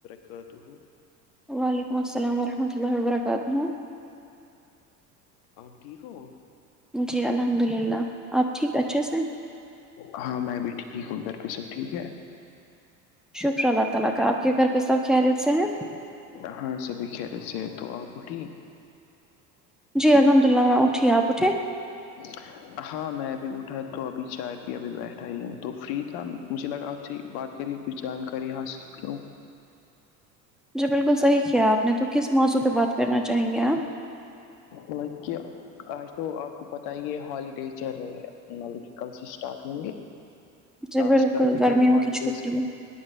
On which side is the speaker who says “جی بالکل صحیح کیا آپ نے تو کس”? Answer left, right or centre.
Centre